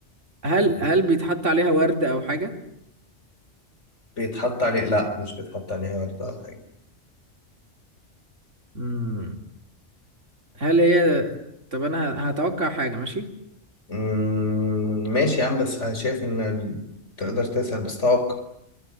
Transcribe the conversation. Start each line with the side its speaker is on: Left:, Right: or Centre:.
Right: هل هل بيتحط عليها ورد او حاجة؟
Left: بيتحط عليه لا مش بيتحط عليه ورد أو حاجة
Right: مم. هل هي طب انا ه- هتوقع حاجة ماشي؟
Left: أمم، ماشي يا عم بس أنا شايف إن ال- تقدر تسأل بس توقع